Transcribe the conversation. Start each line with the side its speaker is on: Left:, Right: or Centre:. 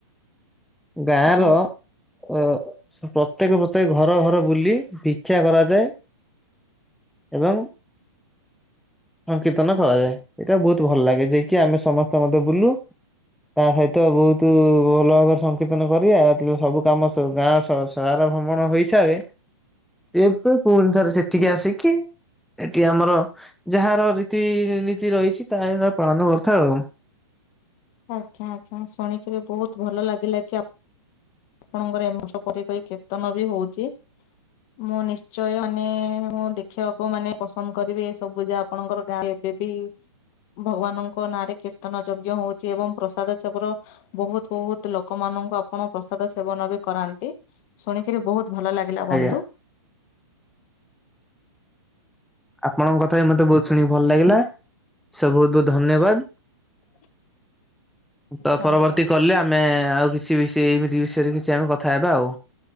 Centre: ଗାଁଆ
Left: ଆଜ୍ଞା
Centre: ର ପ୍ରତ୍ୟେକ ପ୍ରତ୍ୟେକ ଘର ଘର ବୁଲି ଭିକ୍ଷା କରାଯାଏ। ଏବଂ ସଂକୀର୍ତନ କରାଯାଏ ଏଇଟା ବହୁତ ଭଲ ଲାଗେ ଯାଇକି ଆମେ ସମସ୍ତେ ମତେ ବୁଲୁ ତା ସହିତ ବହୁତ ଭଲ ଭାବରେ ସଂକୀର୍ତନ କରି ଆଉ ସବୁ କାମ ସୁ ଗାଁ ସାରା ଭ୍ରମଣ ହେଇସାରେ ଏବେ ପୁଣି ଥରେ ସେଠିକି ଆସିକି ଏଠି ଆମର ଯାହାର ରୀତି ନି ତି ରହିଛି ତା ପାଳନ କରିଥାଉ ଆଉ।
Left: ଆଜ୍ଞା ଆଜ୍ଞା ଶୁଣିକିରି ବହୁତ ଭଲ ଲାଗିଲା କି ଆ ଆପଣଙ୍କର ଏମଷ ପିକରି କୀର୍ତ୍ତନ ବି ହଉଛି। ମୁଁ ନିଶ୍ଚୟ ମାନେ ଦେଖିବାକୁ ମାନେ ପସନ୍ଦ କରିବି ଏ ସବୁ ଯା ଆପଣଙ୍କର ଗାଁ ଏବେବି ଭଗବାନଙ୍କ ନାଁରେ କୀର୍ତ୍ତନ ଯଜ୍ଞ ହଉଛି ଏବଂ ପ୍ରସାଦ ଚବର ବହୁତ ବହୁତ ଲୋକ ମା ନଙ୍କୁ ଆପଣ ପ୍ରସାଦ ସେବନ ବି କରାନ୍ତି ଶୁଣିକରି ବହୁତ ଭଲ ଲାଗିଲା ବନ୍ଧୁ।
Centre: ଆଜ୍ଞା ଆପଣଙ୍କ କଥା ବି ମତେ ବହୁତ ଶୁଣିକି ଭଲ ଲାଗିଲା ସେ ବହୁତ ବହୁତ ଧନ୍ୟବାଦ।
Left: <inaudible>
Centre: ତ
Left: ଧନ୍ୟବାଦ।
Centre: ପରବର୍ତ୍ତୀ କଲେ ଆମେ ଆଉ କିଛି କିଛି ବିଷୟ ଏମିତି ବିଷୟରେ କିଛି ଆମେ କଥା ହେବା ଆଉ।